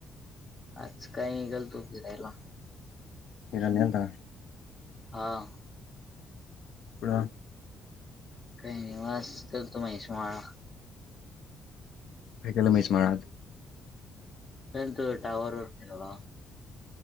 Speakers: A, on the left; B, on the left.
A: आज काय गेलतो फिरायला.
B: फिरायला गेलता का?
A: हां.
B: बोला
A: काय नाही नवास करतो महिशवाळा.
B: काय केल महीसमळात.
A: गेलतो टॉवर वरती थोडा.